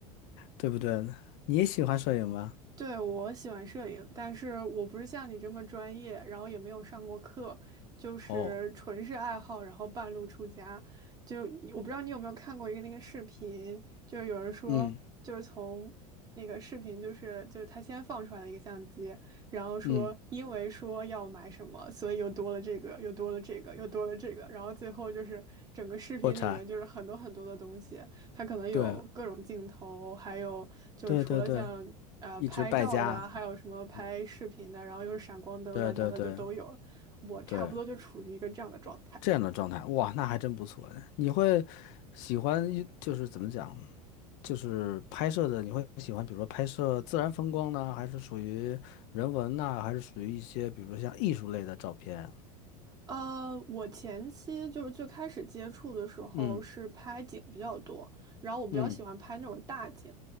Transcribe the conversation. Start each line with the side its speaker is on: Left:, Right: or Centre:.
Left: 对不对？你也喜欢摄影吗？
Right: 对，我喜欢摄影，但是我不是像你这么专业，然后也没有上过课，就是纯是爱好，
Left: 哦，
Right: 然后半路出家。就我不知道你有没有看过一个那个视频，就是有人说，
Left: 嗯
Right: 就是从那个视频，就是就是他先放出来了一个相机，然后说因为说要买什么，
Left: 嗯。
Right: 所以又多了这个，又多了这个，又多了这个，然后最后就是整个视频里面就是很多很多的东西。
Left: 破产，
Right: 它可能有各种镜头，
Left: 对
Right: 还有就是除了像呃拍照的啊还有什么拍视频的，
Left: 对对对，一直败家，嗯，
Right: 然后又是闪光灯，
Left: 对对对
Right: 乱七八糟就都有了。我差不多就处于一个这样的状态。
Left: 对，这样的状态，哇，那还真不错呢。你会喜欢一就是怎么讲，就是拍摄的，你会喜欢，比如说拍摄自然风光呢，还是属于人文呢，还是属于一些，比如说像艺术类的照片？
Right: 呃，我前期就是最开始接触的时候是拍景比较多，
Left: 嗯
Right: 然后我比较喜欢拍那种大景，
Left: 嗯，